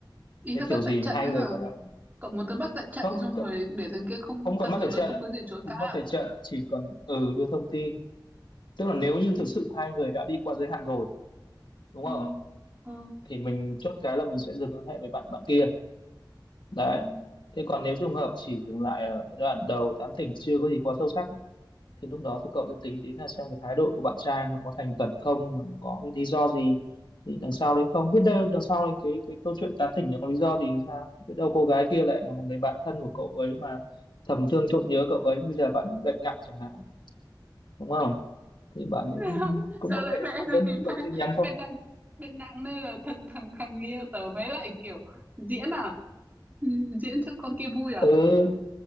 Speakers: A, on the right; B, on the left.
A: Ý
B: thế
A: là bắt
B: kiểu gì
A: tại trận
B: mà hai
A: đấy
B: người
A: hả?
B: mà đang
A: Cậu muốn tớ bắt tại trận
B: khóc
A: xong
B: chỉ cần
A: rồi để thằng kia không,
B: không còn
A: thằng
B: mắt
A: bồ
B: ở trận
A: tớ không có gì chối
B: không
A: cãi
B: mắt
A: à?
B: ở trận chỉ còn ừ đưa thông tin tức là nếu như thực sự hai người đã đi qua giới hạn rồi đúng
A: Ừ,
B: không
A: ừ,
B: thì mình chốt cái là mình sẽ dừng quan hệ với bạn bạn kia đấy
A: ừ.
B: thế còn nếu trường hợp chỉ dừng lại ở giai đoạn đầu tán tỉnh chưa có gì quá sâu sắc thì lúc đó thì cậu sẽ tính đến là xem cái thái độ của bạn trai nó có thành khẩn không mà nó có cái lý do gì thì đằng sau đấy không biết đâu đằng sau đấy cái cái câu chuyện tán tỉnh nó có lý do thì sao biết đâu cô gái kia lại là một người bạn thân của cậu ấy mà thầm thương trộm nhớ cậu ấy bây giờ bạn ấy bệnh nặng chẳng hạn đúng không thì bạn
A: <laughs>
B: ấy
A: Sao,
B: cũng
A: sao
B: có
A: lại
B: thể
A: vẽ ra
B: đơn
A: kịch
B: thuần
A: bản
B: tin nhắn thôi
A: bên nặng, bên nặng đây là thằng thằng thằng kia tớ mới lại kiểu diễn à? Ừ, Diễn cho con kia vui à?
B: ừ